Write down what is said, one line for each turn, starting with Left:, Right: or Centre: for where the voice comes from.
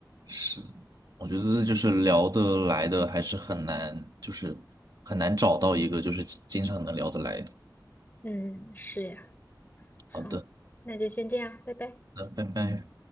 Right: 是，我觉得就是聊得来的还是很难，就是很难找到一个就是经常能聊得来的。
Left: 嗯，是呀。好，
Right: 好的，
Left: 那就先这样，拜拜。
Right: 那拜拜。